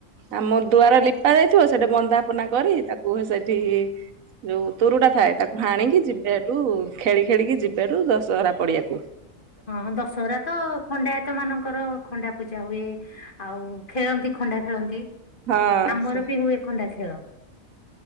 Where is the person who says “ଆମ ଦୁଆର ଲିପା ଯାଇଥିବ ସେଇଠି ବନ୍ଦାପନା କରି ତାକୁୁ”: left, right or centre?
Right